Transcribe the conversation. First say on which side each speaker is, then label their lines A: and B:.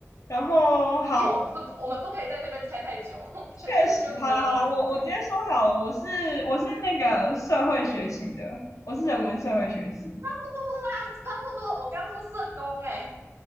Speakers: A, on the left; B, on the right.
A: 然后好，
B: 因为我们不我们不可以在这边猜太久，<laughs>
A: 确实，
B: 对对，就比较浪费时间。
A: 好了好了，我我直接说好了，我是我是那个社会学系的，我是人文社会学系。
B: 差不多啦，差不多。我刚刚说社工、欸，哎